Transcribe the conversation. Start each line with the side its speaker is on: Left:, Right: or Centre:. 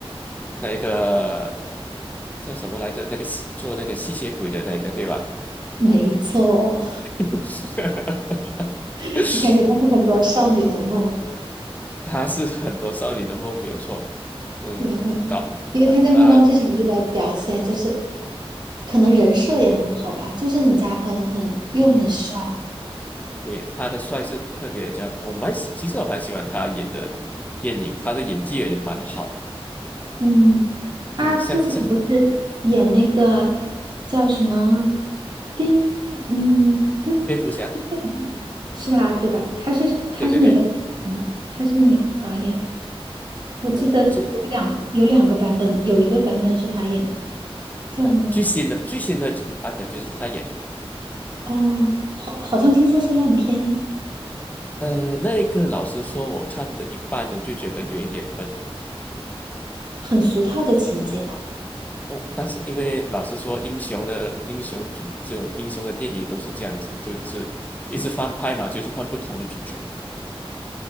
Left: 那个叫什么来着？那个吸做那个吸血鬼的那个，对吧？
Right: 没错，
Left: <laughs>
Right: <laughs> 我感觉他是很多少女的梦。
Left: 嗯，他是很多少女的梦，没有错。嗯，
Right: 嗯哼，
Left: 导呃呃，
Right: 因为他在《暮光之城》里的表现，就是可能人设也很好吧，就是很加分，很又很帅。
Left: 嗯哼，对，他的帅是特别加，我蛮喜，其实我蛮喜欢他演的电影，他的演技也蛮好。
Right: 嗯，他之前不是演那个叫什么
Left: 嗯，像像
Right: 蝙蝠？嗯，蝙蝠蝙蝠
Left: 蝙蝠侠，
Right: 侠是他对吧？他是他是哪个？
Left: 对对对，
Right: 嗯，他是哪个导演的？我记得有两有两个版本，
Left: 呃，最
Right: 有一个版本是他演的，叫什么来着？
Left: 啊最新的最新的版本就是他演的，
Right: 哦，好，好像听说是烂片，
Left: 呃，那个老实说，我看的一半呢，我就觉得有一点笨
Right: 很俗套的情节哦。
Left: 哦。但是因为老实说，英雄的英雄主这种英雄的电影都是这样子，就是一直翻拍嘛，就是换不同的主角。